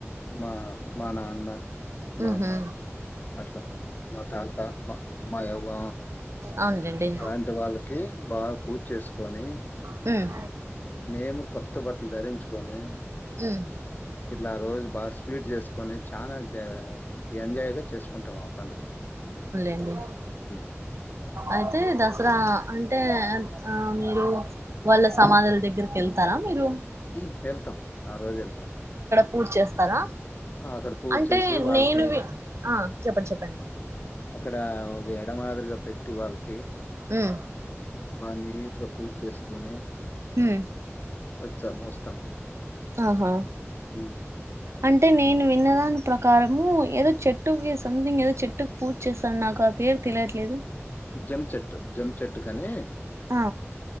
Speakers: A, on the left; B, on the right.
A: మా మా నాన్న మా
B: హ్మ్
A: అమ్మ
B: హు
A: అట్లా మా తాత మాయవ్వ
B: అవునులేండి
A: అలాంటి వాళ్ళకి బా పూజ్ చేసుకొని
B: హ్మ్
A: మేము కొత్త బట్టలు ధరించుకొని
B: ఉ
A: ఇట్లా ఆ రోజు బా స్వీట్స్ చేస్ కొని చానా దే ఎంజాయ్గా చేసుకుంటాం ఆ పండుగ
B: ఏంది
A: హ్మ్.
B: అయితే దసరా అంటే ఆ మీరు వాళ్ళ సమాధుల దగ్గరికి వెళ్ తరా మీరు
A: హ్మ్ వెళ్తాం ఆ రోజు వెళ్తాం
B: పూజ్ చేస్తారా
A: అక్కడ పూజ
B: అంటే
A: చేసి వాళ్ళకి
B: నేనువి ఆ చెప్పండి చెప్పండి
A: అక్కడ ఒక ఎడ మాదిరిగా పెట్టి వాళ్ళకి
B: హ్మ్
A: బా నీట్ గా పూజ్ చేసుకోని
B: ఉమ్
A: వచ్చాం వస్తాం
B: ఆహా
A: హ్మ్
B: అంటే నేను విన్నదాని ప్రకారము ఏదో చెట్టుకి సంథింగ్ ఏదో చెట్టుకి పూజ చేస్తాను నా కా పేరు తెలియట్లేదు
A: జం చెట్టు జం చెట్టు కని
B: అ